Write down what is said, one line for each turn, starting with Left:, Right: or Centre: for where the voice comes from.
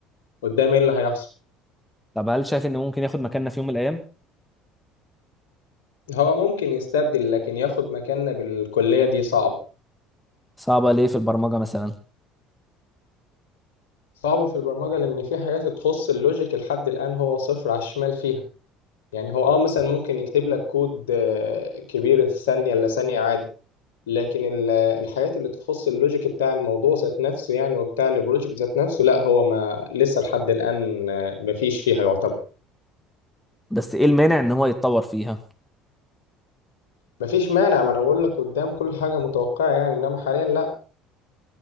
Left: قدام ايه اللي هيحصل
Centre: طب هل شايف ان ممكن ياخد مكاننا في يوم من الايام
Left: هو ممكن يستبدل لكن ياخد مكاننا بالكليه دي صعبه
Centre: صعبه ليه في البرمجه مثلا
Left: صعبة في البرمجة لأن في حاجات تخص اللوجيك لحد الآن هو صفر على الشمال فيها يعني هو اه مثلا ممكن يكتب لك كود آه، كبير في ثانية إلا ثانية عادي لكن ال- الحاجات اللي تخص اللوجيك بتاع الموضوع ذات نفسه يعني وبتاع البروجكت ذات نفسه لا هو ما لسه لحد الآن آه، مفيش فيها يعتبر
Centre: بس ايه المانع ان هو يتطور فيها
Left: مفيش مانع ما انا بقول لك قدام كل حاجة متوقعة يعني انما حاليا لا